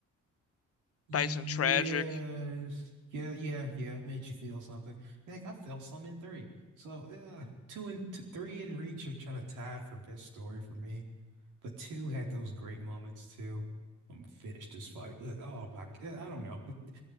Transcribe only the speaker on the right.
Yes,
yeah, yeah, yeah. It makes you feel something. Like I felt some in three. So yeah, two and t three and reach are kind of tied for best story for me. But two had those great moments too. I'm finished this fight. Like, oh my, g- I don't know. It,